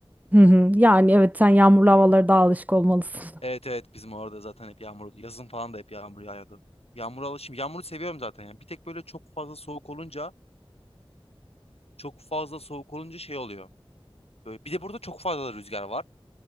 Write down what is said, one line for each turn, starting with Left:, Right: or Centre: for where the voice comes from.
Right: Hı hı. Yani evet sen yağmurlu havalara daha alışık olmalısın.
Left: Evet
Right: <laughs>
Left: evet bizim orada zaten hep yağmur Yazın falan da hep yağmur yağıyordu. Yağmura alışım. Yağmuru seviyorum zaten ya. Bir tek böyle çok fazla soğuk olunca çok fazla soğuk olunca şey oluyor. Böyle, bir de burada çok fazla rüzgar var.